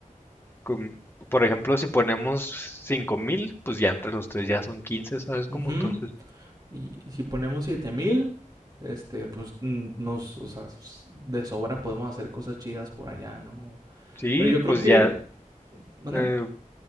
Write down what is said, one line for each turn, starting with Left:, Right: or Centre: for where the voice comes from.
Left: com- por ejemplo, si ponemos cinco mil, pues ya entre los tres ya son quince ¿sabes
Right: ujú.
Left: cómo? Entonces,
Right: Y, y si ponemos 7000 este, pues mm, nos, o sea, de sobra podemos hacer cosas chidas por allá, ¿no?
Left: sí,
Right: Pero yo creo
Left: pues
Right: que,
Left: ya,
Right: ¿mande?
Left: eh,